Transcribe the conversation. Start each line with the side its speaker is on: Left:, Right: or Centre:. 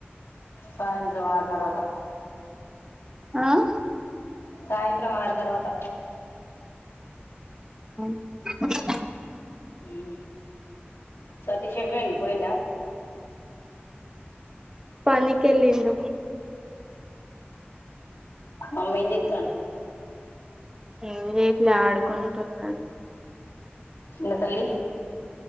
Left: సాయంత్రం ఆరు తర్వాత
Right: మ్
Left: సాయంత్రం ఆరు తర్వాత
Right: <inaudible>
Left: ఉమ్. సతీష్ ఎటూ పోయిండు పోయిండా?
Right: పనికెళ్ళిండ్
Left: అమ్మ ఏంజెత్తాంది?
Right: ఏం చేయట్లే ఆడుకుంటున్నాడు.
Left: ఇ తల్లి.